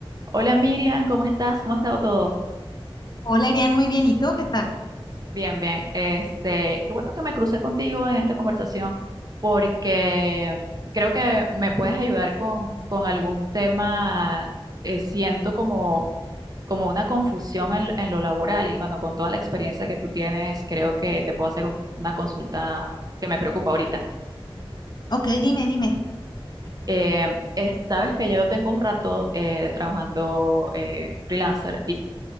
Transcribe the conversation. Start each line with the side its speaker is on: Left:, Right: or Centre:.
Right: Hola Miriam, ¿cómo estás? ¿Cómo ha estado todo?
Left: Hola, Irian, muy bien. ¿Y tú qué tal?
Right: Bien, bien. Este, qué bueno que me crucé contigo en esta conversación porque creo que me puedes ayudar con, con algún tema. eh, siento como, como una confusión en, en lo laboral y bueno, con toda la experiencia que tú tienes, creo que te puedo hacer un- una consulta que me preocupa ahorita.
Left: Ok, dime, dime.
Right: Eh, es- sabes que yo tengo un rato eh, trabajando eh, freelancer